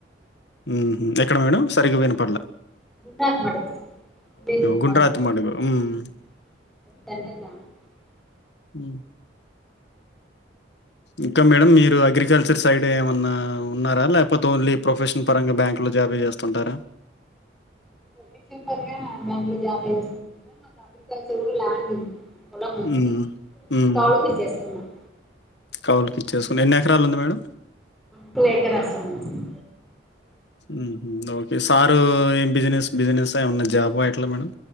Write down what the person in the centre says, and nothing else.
<unintelligible>
ఒకే పరిగా బ్యాంకు లో జాబ్ చేస్తుంది సార్ మాకు అగ్రికల్చర్ కూడా ల్యాండ్ ఉంది. పొలం ఉంది
కౌలు కి ఇచ్చేస్తున్నాం
టూ ఎకర్స్ ఉన్నాయి సార్